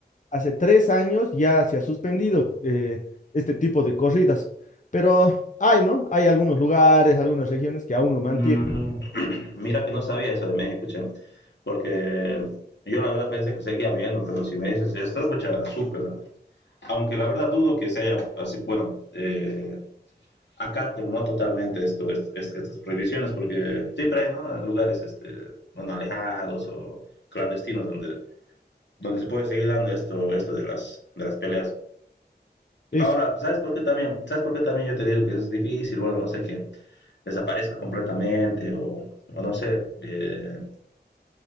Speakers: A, on the left; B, on the left.
A: hace tres años ya se ha suspendido eh, este tipo de corridas, pero hay, ¿no? Hay algunos lugares, algunas regiones que aún lo mantienen.
B: Mm, <clears throat> mira que no sabía eso de México, che, porque yo la verdad pensé que seguía viendo, pero si me dices esto, pucha, súper. Aunque la verdad dudo que se haya, así, bueno, eh, acaten, ¿no? Totalmente esto, est- est- estas prohibiciones, porque siempre hay, ¿no? Lugares, este, bueno, alejados o clandestinos donde, donde se puede seguir dando esto, esto de las, de las peleas.
A: es
B: Ahora, ¿sabes por qué también? ¿Sabes por qué también yo te digo que es difícil? Bueno, no sé, que desaparezca completamente o, o no sé, eh,